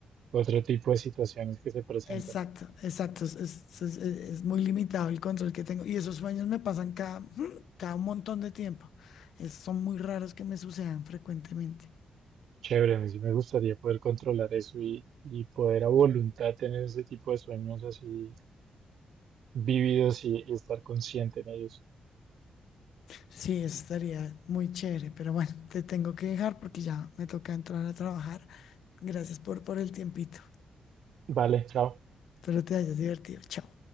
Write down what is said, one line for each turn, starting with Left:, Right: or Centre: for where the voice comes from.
Right: otro tipo de situaciones que se presentan.
Left: Exacto, exacto. Es, es- es- es muy limitado el control que tengo. Y esos sueños me pasan cada, <clears throat> ujú, cada un montón de tiempo. Es- son muy raros que me sucedan frecuentemente.
Right: Chévere, a mí sí me gustaría poder controlar eso y, y poder a voluntad tener ese tipo de sueños así vividos y, y estar consciente en ellos.
Left: Sí, eso estaría muy chévere. Pero bueno, te tengo que dejar porque ya me toca entrar a trabajar. Gracias por, por el tiempito.
Right: Vale, chao.
Left: Espero te hayas divertido. Chao.